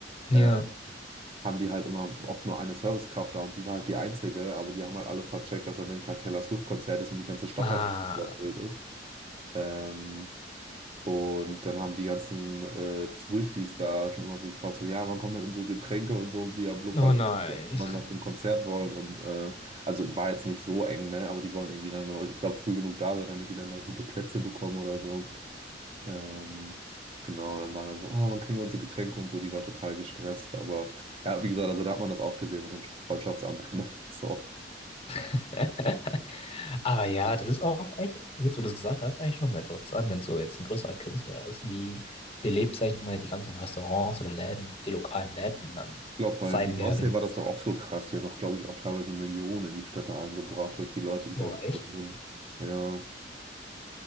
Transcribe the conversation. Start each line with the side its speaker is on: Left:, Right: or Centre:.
Left: Ja.
Right: äh, haben die halt immer oft nur eine Servicekraft da und sie war halt die Einzige, aber die haben halt alle vercheckt, dass an dem Tag Taylor Swift-Konzert ist und die ganze Stadt
Left: Ah,
Right: halt überfüllt ist. Ähm, und dann haben die ganzen äh, Swifties da schon immer so gefragt, so, ja, wann kommen denn unsere Getränke und so, blub,
Left: oh
Right: weil
Left: nein.
Right: die auch immer mal zum Konzert wollen und äh, also war jetzt nicht so eng, ne, aber die wollen irgendwie dann, nur, ich glaube, früh genug da sein, damit die dann da gute Plätze bekommen oder so. Ähm, genau, und dann war da so, oh, wann kriegen wir unsere Getränke und so, die war total gestresst, aber ja, wie gesagt, also da hat man das auch gesehen mit den Freundschaftsarmbändern <laughs> und so.
Left: <laughs> Aber ja, das ist auch echt, jetzt wo du es gesagt hast, eigentlich nochmal interessant, wenn so jetzt ein größerer Künstler ist, wie belebt, sag ich mal, die ganzen Restaurants oder Läden, die lokalen Läden dann
Right: Ich glaube, bei
Left: sein
Right: Beyoncé
Left: werden.
Right: war das doch auch so krass. Die hat doch, glaube ich, auch teilweise Millionen in die Städte eingebracht durch die Leute,
Left: Boah,
Right: die da gekommen
Left: echt?
Right: sind. Ja,